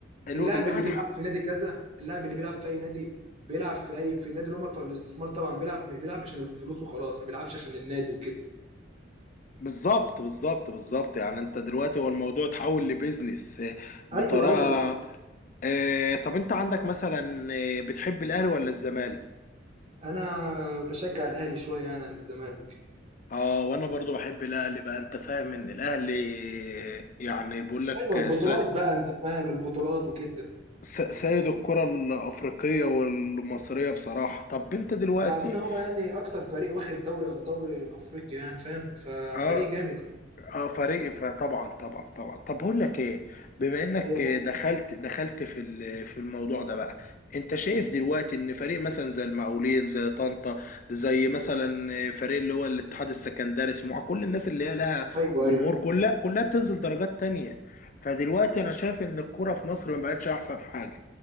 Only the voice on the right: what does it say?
اللاعب
اللي بيلعب
في نادي كذا اللاعب اللي بيلعب في اي نادي بيلعب في اي في النادي اللي هم بتوع الاستثمار طبعا بيلعب بيلعب عشان الفلوس وخلاص ما بيلعبش عشان النادي وكده
ايوه ايوه
انا بشجع الاهلي شويه يعني عن الزمالك
ايوه البطولات
بقى انت فاهم البطولات وكده
وبعدين هو يعني اكتر فريق واخد دوري دوري افريقيا يعني فاهم ففريق
جامد يعني
هي صح
ايوه
ايوه